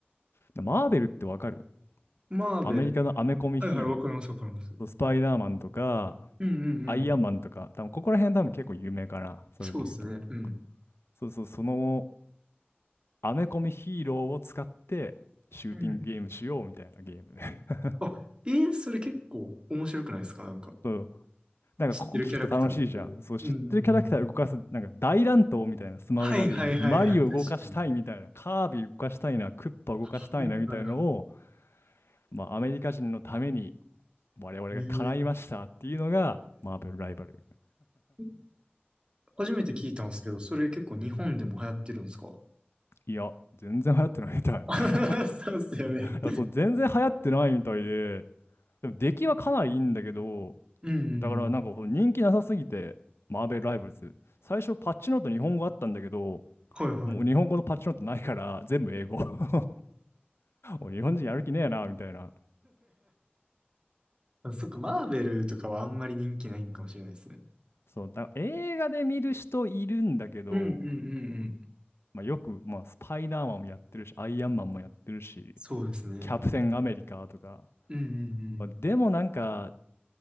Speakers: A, on the left (about 85°); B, on the right (about 25°).
A: マーベルってわかる
B: マーベル。
A: アメリカのアメコミヒーロー。
B: はいはい、わかります、わかります。うん
A: そうスパイダーマンとか、
B: うんうん。
A: アイアンマンとか、多分ここら辺多分結構有名かな、それで言うと。
B: そうですね。うん。
A: そうそう、そのアメコミヒーローを使ってシューティングゲームしようみたいなゲーム。
B: うん。
A: <laughs>
B: あ、えーそれ結構面白くないですかなんか、
A: そう、なんかここ聞くと楽しいじゃん。
B: 知ってるキャラクターとかで。
A: そう、知ってるキャラクター動かす、
B: うんうん。
A: なんか大乱闘みたいな、スマブラで言う。
B: はいはいはいはい。
A: マリオ動かしたいみたいな、
B: 確かに。
A: カービィ動かしたいな、クッパ動かしたいなみたいなのを、
B: はいはいは
A: まあアメリカ人のために我々が叶いましたっていうのがマーベルライバル。
B: い。えー <laughs> 初めて聞いたんですけど、それ結構日本でも流行ってるんですか
A: いや、全然流行ってないみたい。
B: <laughs>
A: <laughs> い
B: そうっすよね。
A: やそう、全然流行ってないみたいで、でも出来はかなりいいんだけど、
B: うんうんうん。
A: だからなんかこう人気なさすぎて、マーベルライバルズ。最初パッチノート日本語あったんだけど、
B: はいはい。
A: もう日本語のパッチノートないから全部英語。<laughs> もう日本人やる気ねえな、みたいな。
B: <laughs> そっか、マーベルとかはあんまり人気ないんかもしれないですね。
A: そう、だから映画で見る人いるんだけど、
B: うんうんうんうん。
A: まあ、よく、まあ、スパイダーマンもやってるし、アイアンマンもやってるし、
B: そうですね。
A: キャプテンアメリカとか。
B: うんうんうん。
A: まあ、でもなんか